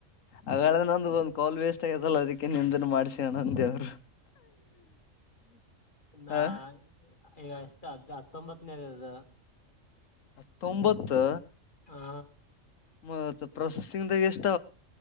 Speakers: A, on the left (about 80°); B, on the left (about 40°).
A: ಹಾಗಳ ನಂದಂದು ಒಂದ್ ಕಾಲ್ ವೇಸ್ಟ್ ಆಗತಲ್ಲ ಅದಕ್ಕೆ ನಿಂತ ಮಾಡ್ಸ ಅಣ ಅ ದೇವ್ರು
B: ನಾ
A: ಹಾ
B: ಈಗ ಎಷ್ಟೇ ಹ ಹತ್ತೊಂಬತ್ತನೇದದು
A: ಹತ್ತೊಂಬತ್ತು
B: ಹಾ
A: ಮತ್ ಪ್ರೊಸೆಸಿಂಗ್್ದಾಗ ಎಷ್ಟ